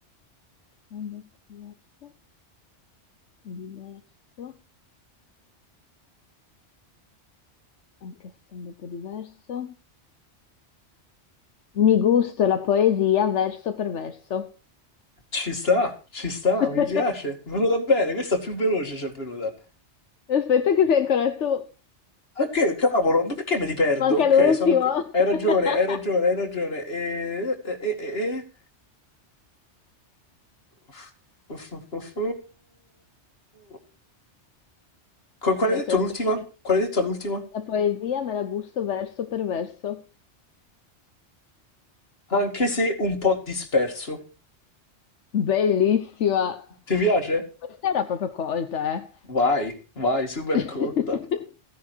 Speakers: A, on the left (about 85°); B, on the left (about 60°).
A: un bel po' diverso, diverso, anche se è un bel po' diverso. Mi gusto la poesia verso per verso.
B: Ci sta, ci sta,
A: <laughs>
B: mi piace. È venuta bene, questa più veloce ci è venuta.
A: Aspetta che sei ancora tu.
B: Ok, cavolo, ma perché me li perdo?
A: Manca
B: Ok,
A: l'ultimo.
B: sono... co- Hai ragione,
A: <laughs>
B: hai ragione, hai ragione. E... e- e- e- e- uff, uff, uff, uff, uff. Co- Qual
A: Mi
B: hai
A: hai detto
B: detto
A: la
B: l'ultima?
A: poesia.
B: Qual hai detto l'ultima?
A: La poesia me la gusto verso per verso.
B: Anche se un po' disperso.
A: Bellissima.
B: Ti piace?
A: Questa era proprio colta,
B: Vai, vai, super
A: eh.
B: colta.
A: <laughs>